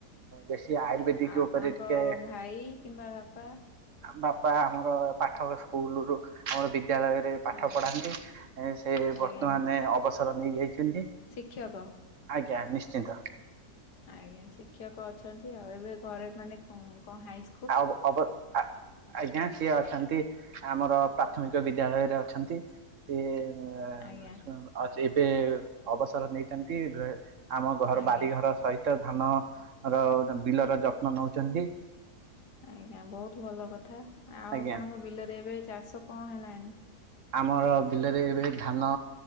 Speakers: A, on the right; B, on the left.
A: ବେଶୀ ଆୟୁର୍ବେଦିକ
B: ଆପଣଙ୍କ
A: ଉପରେ ଟିକେ
B: ଭାଇ କିମ୍ବା ବାପା
A: ବାପା ଆମର ପାଠ ସ୍କୁଲ ରୁ ଆମର ବିଦ୍ୟାଳୟରେ ପାଠ
B: ଆଜ୍ଞା
A: ପଢ଼ାନ୍ତି ସେ ବର୍ତ୍ତମାନ
B: ଆଜ୍ଞା
A: ଅବସର ନେଇଯାଇଛନ୍ତି।
B: ଶିକ୍ଷକ।
A: ଆଜ୍ଞା ନିଶ୍ଚିନ୍ତ।
B: ଆଜ୍ଞା ଶିକ୍ଷକ ଅଛନ୍ତି ଆଉ, ଏବେ ଘରେ ମାନେ କଣ କଣ ହାଇ
A: ଆ ଅବ ଆଜ୍ଞା ସିଏ ଅଛନ୍ତି। ଆମର ପ୍ରାଥମିକ ବିଦ୍ୟାଳୟରେ ଅଛନ୍ତି ସିଏ <unintelligible>
B: ଆଜ୍ଞା
A: ଅଛି ଏବେ ଅବସର ନେଇଛନ୍ତି ଆମ ଘର
B: ଆଜ୍ଞା
A: ବାରିଘର ସହି ଧାନ ର ବିଲର ଯତ୍ନ ନଉଛନ୍ତି।
B: ଆଜ୍ଞା ବହୁତ ଭଲ କଥା ଆଉ
A: ଆଜ୍ଞା।
B: ଆପଣଙ୍କ ବିଲରେ ଏବେ ଚାଷ କଁ ହେଲାଣି?
A: ଆମର ବିଲରେ ଏବେ ଧାନ